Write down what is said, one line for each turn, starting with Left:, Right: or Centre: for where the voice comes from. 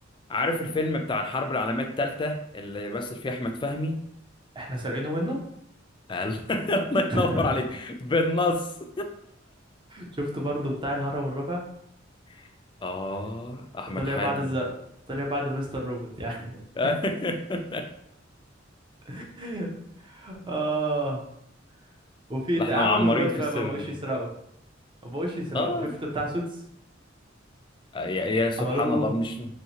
Left: عارف الفيلم بتاع الحرب العالمية الثالثة اللي مثل فيه أحمد فهمي؟
Right: احنا سارقينه منه
Left: قال <laughs> الله
Right: <laughs>
Left: ينور عليك بالنص
Right: شفت برضو بتاع الهرم الرابع
Left: <laughs> آه أحمد
Right: طلع
Left: حاتم
Right: بعد الزق طلع بعد مستر روبوت يعني
Left: <laughs>
Right: <laughs> اه وفي
Left: لا
Right: ت-
Left: احنا
Right: عملوا
Left: معمرين
Right: دلوقتي
Left: في
Right: بقى
Left: السينما
Right: ما بقوش يسرقوا ما بقوش يسرقوا
Left: آه
Right: شفت بتاع سوتس
Left: يا, يا سبحان
Right: عملوا لهم
Left: الله مش